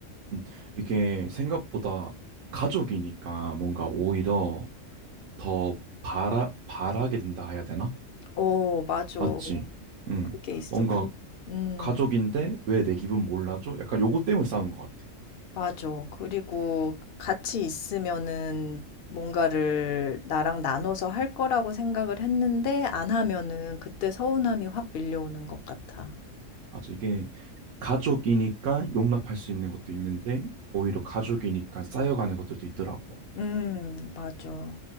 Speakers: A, on the right; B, on the left.
A: 음. 이게 생각보다 가족이니까 뭔가 오히려 더 바라, 바라게 된다 해야 되나?
B: 어, 맞아.
A: 맞지? 음,
B: 그게 있어.
A: 뭔가
B: 근, 음,
A: 가족인데 왜 내 기분 몰라줘? 약간 요거 때문에 싸우는 것 같아.
B: 맞아. 그리고 같이 있으면은 뭔가를 나랑 나눠서 할 거라고 생각을 했는데 안 하면은 그때 서운함이 확 밀려오는 것 같아.
A: 맞아. 이게 가족이니까 용납할 수 있는 것도 있는데 오히려 가족이니까 쌓여가는 것들도 있더라고.
B: 음, 맞아.